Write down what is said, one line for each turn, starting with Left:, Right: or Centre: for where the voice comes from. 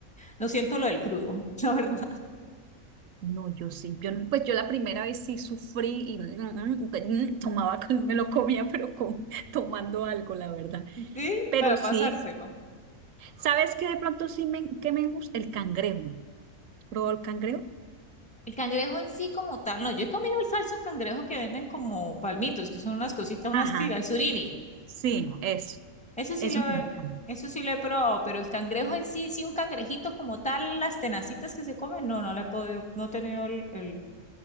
Centre: no siento lo del crudo, <laughs> la verdad.
Right: No, yo sí, yo, no- pues yo la primera vez sí sufrí y mm, mm, pero, mm, tomaba, con- me lo comía, pero con, <laughs> tomando algo, la verdad.
Centre: Sí,
Right: Pero
Centre: para
Right: sí,
Centre: pasártelo.
Right: ¿sabes qué de pronto sí me, que me gusta? El cangrejo. ¿Probó el cangrejo?
Centre: El cangrejo en sí como tal, no, yo he comido el falso cangrejo que venden como palmitos, que son unas cositas, unas
Right: Ajá.
Centre: tiras, el surimi,
Right: Sí, eso,
Centre: ese sí
Right: eso
Centre: lo
Right: me
Centre: he,
Right: gusta.
Centre: eso sí lo he probado, pero el cangrejo en sí, sí, un cangrejito como tal, las tenacitas que se comen, no, no le he podido, no he tenido el, el